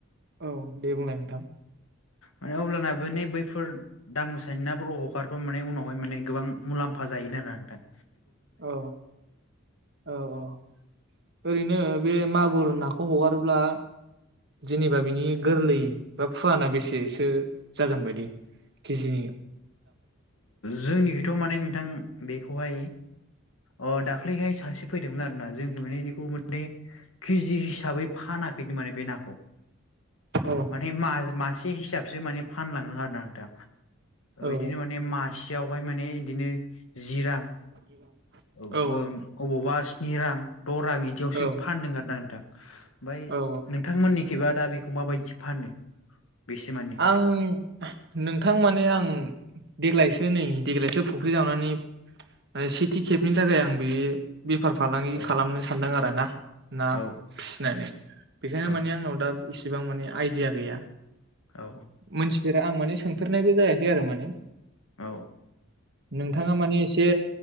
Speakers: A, on the right; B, on the left.
A: औ दे बुंलाय नोंथां।
B: माने अब्लाना बेान बैफोर दाम गोसानि नाफोर हखारफोर माने उनावहाय माने गोबां मुलाम्फा मुलाम्फा जायो होननादों
A: औ औ औ ओरैनो बे मागुर आगुर नाखौ हगारोब्ला जेनेबा बिनि गोरलै बा फुवाना बेसेसो जागोन बायदि किजि
B: जोंनिखौथ माने नोंथां बेखौहाय अ दाख्लैहाय सासे फैदोंमोन आरोना जोंनि माने बेखौ माने केजि हिसाबै फानाखैनो माने बे नाखौ
A: औ
B: माने म मासे हिसाबसो माने फानलांनो आरोदों नोंथा
A: औ
B: इदिनो माने मासेयावहाय माने बिदिनो जि रां अबावबा
A: औ
B: स्नि रां द रां बिदियावसो
A: औ
B: फानदों आरोना नोंथां ओमफ्राय
A: औ
B: नोंथांमोननिखेबा दा बेखौ माबायदि फानो बेसे मानि
A: आं नोंथां माने आं देग्लायसो नै देग्लायसो फुख्रि जावनानै सेथि खेबनि थाखाय आं बे बेफार फालांगि
B: औ
A: खालामनो सानदों आरो ना ना
B: औ
A: फिसिनानै बेखायनो
B: औ
A: मानि आंनाव दा इसिबां माने आइडिया गैया
B: औ
A: मोनथिफेरा आं माने सोंफेरनायबो जायाखै आरो माने
B: औ
A: नोंथाङा मानि एसे